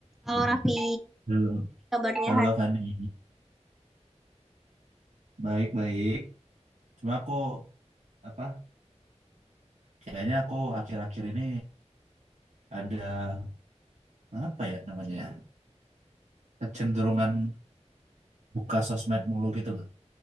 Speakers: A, in the centre; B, on the right.
A: Halo Raffi,
B: Halo,
A: kabarnya
B: halo
A: hari
B: Fani. Baik-baik. Cuma aku apa? Kayaknya aku akhir-akhir ini ada apa ya namanya? ya? Kecenderungan buka sosmed mulu gitu loh.